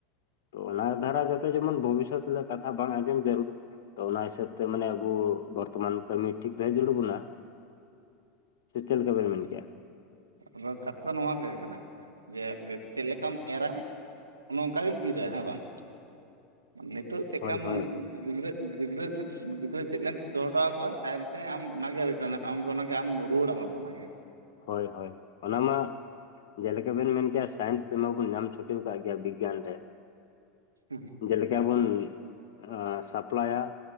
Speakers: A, on the left; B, on the right.
A: ᱛᱚ ᱚᱱᱟ ᱫᱷᱟᱨᱟ ᱡᱟᱛᱮ ᱡᱮᱢᱚᱱ ᱵᱷᱚᱵᱤᱥᱚᱛ ᱞᱮ ᱠᱟᱛᱷᱟ ᱵᱟᱝ ᱟᱸᱡᱚᱢ ᱡᱟᱹᱨᱩᱲ ᱛᱚ ᱚᱱᱟ ᱦᱤᱥᱟᱹᱵ ᱛᱮ ᱢᱟᱱᱮ ᱟᱵᱚ ᱵᱚᱨᱛᱚᱢᱟᱱ ᱠᱟᱹᱢᱤ ᱴᱷᱤᱠ ᱫᱚᱦᱚ ᱡᱩᱲ ᱵᱚᱱᱟ᱾ ᱥᱮᱪᱮᱜ ᱞᱮᱠᱟ
B: ᱦᱩᱸ
A: ᱵᱮᱱ ᱢᱮᱱ ᱠᱮᱜᱼᱟ?
B: ᱟᱫᱚ ᱠᱟᱛᱷᱟ ᱫᱚ ᱱᱚᱣᱟ ᱜᱮ ᱠᱟᱱᱟ ᱡᱮ, ᱪᱮᱜ ᱞᱮᱠᱟᱢ ᱮᱨᱟ ᱚᱱᱮ ᱚᱝᱠᱟ ᱜᱮᱢ ᱤᱨᱟ ᱦᱮᱸ ᱵᱟᱝ ᱱᱤᱛᱚᱜ ᱪᱮᱜ
A: ᱦᱳᱭ
B: ᱠᱟᱢ
A: ᱦᱳᱭ
B: ᱜᱤᱫᱽᱨᱟᱹ ᱜᱤᱫᱽᱨᱟᱹ ᱪᱮᱫ ᱜᱤᱫᱽᱨᱟᱹ ᱪᱮᱫ ᱮᱢ ᱫᱚᱦᱚ ᱚᱴᱚ ᱠᱚᱣᱟ ᱛᱟᱭᱚᱢᱛᱮ ᱟᱢ ᱚᱱᱟᱜᱮ ᱨᱤ ᱠᱟᱱᱟᱜ ᱟᱢᱜᱮ ᱟᱢ ᱨᱩᱣᱟᱹᱲ ᱟᱢᱟ ᱠᱚ ᱚᱱᱟᱜᱮ᱾
A: ᱦᱚᱭ ᱦᱚᱭ ᱚᱱᱟ ᱢᱟ ᱡᱮᱞᱮᱠᱟ ᱵᱮᱱ ᱢᱮᱱ ᱠᱮᱭᱟ ᱥᱟᱭᱮᱱᱥ ᱥᱤᱢᱟᱹᱵᱚᱱ ᱧᱟᱢ ᱪᱷᱩᱴᱟᱹᱣ ᱠᱟᱜ ᱜᱮᱭᱟ ᱵᱤᱜᱽᱜᱟᱱ ᱨᱮ᱾
B: ᱦᱩᱸ ᱦᱩᱸ
A: ᱡᱮᱞᱮᱠᱟ ᱵᱚᱱ ᱟᱸ ᱥᱟᱯᱞᱟᱭᱟ